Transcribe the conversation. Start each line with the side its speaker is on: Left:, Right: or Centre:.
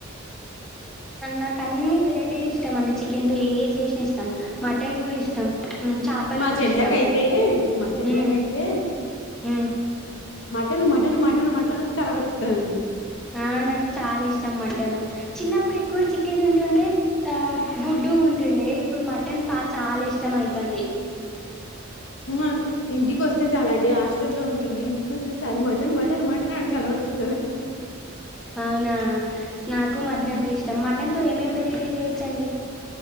Centre: నాకు అన్ని వెరైటీలు ఇష్టం అండి చికెన్ తో ఏది చేసినా ఇష్టం, మటన్ కూడా ఇష్టం హ్మ్. చేపలు
Left: మా
Centre: గూడా
Left: చెల్లకైతే
Centre: ఇష్టం.
Left: మా చెల్లకైతే
Centre: హ్మ్. హ్మ్.
Left: మటన్ మటన్ మటన్ మటన్ అని కలవరిస్తాంది
Centre: ఆ నాకు చాలా ఇష్టం చిన్నప్పుడు ఎక్కువ చికెన్ ఉంటుండే ఆ గుడ్డు ఉంటుండే ఇప్పుడు మటన్ చాలా ఇష్టం అయిత తని
Left: ఉ ఇంటికి వస్తే చాలు అండి హాస్టల్లో ఉంటుంది ఇంటికి వస్తే చాలు మటన్ మటన్ మటన్ అని గలవరిస్తు
Centre: అవునా నాకు మటన్
Left: మ్మ్
Centre: అంటే ఇష్టం మట్ దాంతో ఏమేమి వెరైటీలు చేయొచ్చు అండి